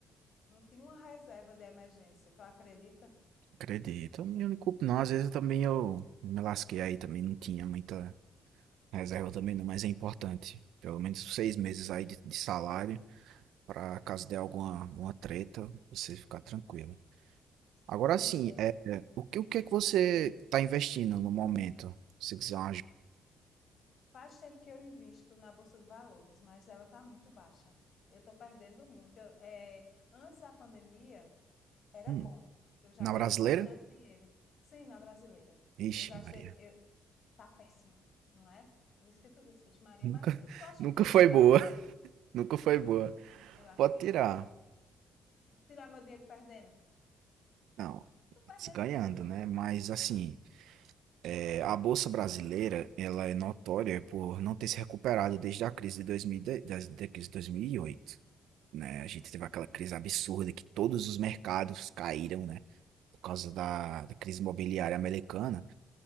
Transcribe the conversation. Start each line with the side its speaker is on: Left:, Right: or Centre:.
Left: Não tinha uma reserva de emergência, tu acredita?
Right: Acredito. Eu não me culpo não, às vezes eu também eu me lasquei aí também, não tinha muita reserva também não, mas é importante. Pelo menos seis meses aí de, de salário, para caso dê alguma uma treta, você ficar tranquilo.
Left: Pois é,
Right: Agora
Left: comecei.
Right: sim, é, é, o que, o que é que você está investindo no momento? Se quiser uma ajuda.
Left: Faz tempo que eu invisto na Bolsa de Valores, mas ela está muito baixa. Eu estou perdendo muito. Eu, eh, antes da pandemia, era
Right: Hum,
Left: bom. Eu já
Right: na
Left: ganhei
Right: brasileira?
Left: bastante dinheiro. Sim, na brasileira.
Right: Ixi,
Left: Eu gastei.
Right: Maria.
Left: Eu, tá péssima, não é? Por isso que tu disse, Vixe Maria.
Right: Nunca,
Left: Mas
Right: <laughs>
Left: tu acha
Right: nunca
Left: que eu
Right: foi
Left: ia tirar
Right: boa.
Left: o dinheiro?
Right: <laughs> Nunca foi boa.
Left: Eu acho
Right: Pode
Left: que
Right: tirar.
Left: foi. né? Tirar meu dinheiro perdendo?
Right: Não.
Left: Estou perdendo
Right: se Ganhando,
Left: muito.
Right: né? Mas assim, é, a Bolsa Brasileira, ela é notória por não ter se recuperado desde a crise de 2010, das- da crise de 2008, né? A gente teve aquela crise absurda que todos os mercados caíram, né? Por causa da, da crise imobiliária americana.